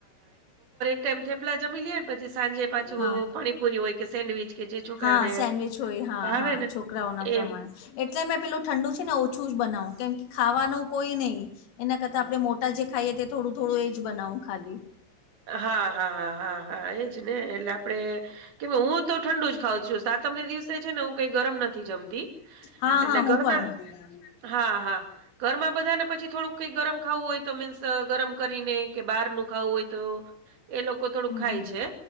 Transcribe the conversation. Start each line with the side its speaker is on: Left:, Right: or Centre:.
Right: તેમ તેમ પલા જમી લે પછી સાંજે પાછું
Left: હા
Right: પણીપુરી હોય કે સેન્ડવીચ કે જે છોકરાને
Left: હા સેન્ડવીચ હોય હા
Right: ભાવે
Left: હા
Right: ને
Left: છોકરાઓના પ્રમાણે
Right: એમ
Left: એટલે મેં પેલું ઠંડુ છે ને ઓછું જ બનાવ કેમ કે ખાવાનું કોઈ નહીં એના કરતા આપડે મોટા જે ખાઈએ તે થોડું થોડું એજ બનાવું ખાલી
Right: હા હા હા હા હા એજ ને એટલે આપડે કે હું તો ઠંડુ જ ખાવઉ છું સાતમને દિવસ છે ને હું કઈ ગરમ નથી જમતી
Left: હા
Right: એટલે
Left: હા હું
Right: ગરના
Left: પણ
Right: હા હા ઘરમાં બધા ને પછી થોડુંક કઈ ગરમ ખાવું હોય તો મીન્સ ગરમ કરીને કે બહાર નું ખાવું હોય તો એ લોકો થોડુંક
Left: હમ
Right: ખાય
Left: હમ
Right: છે